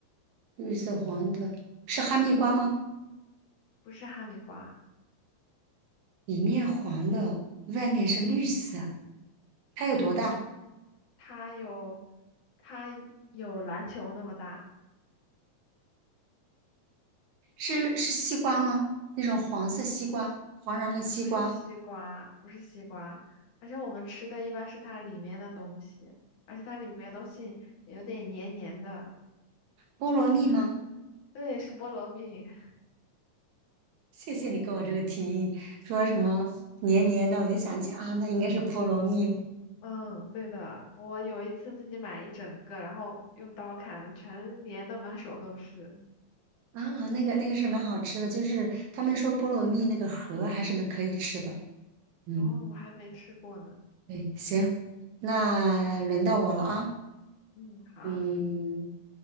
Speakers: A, on the right; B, on the left.
A: 绿色黄的，是哈密瓜吗？
B: 不是哈密瓜，
A: 里面黄的，外面是绿色，它有多大？
B: 嗯，它有，它有篮球那么大，
A: 是是西瓜吗？那种黄色西瓜，黄瓤的西瓜，
B: 不是西瓜，不是西瓜，而且我们吃的一般是它里面的东西，而且它里面的东西有点黏黏的，
A: 菠萝蜜吗？
B: 对，是菠萝蜜，<laughs>
A: 谢谢你给我这个提议，说什么黏黏的，我就想起啊，那应该是菠萝蜜
B: 嗯，对的，我有一次自己买一整个，然后用刀砍了，全粘的满手都是。
A: 啊，那个那个是蛮好吃的，就是他们说菠萝蜜那个核还是那可以吃的。嗯，
B: 哦，我还没吃过呢。
A: 对，行，那轮到我了啊。
B: 嗯，好
A: 嗯，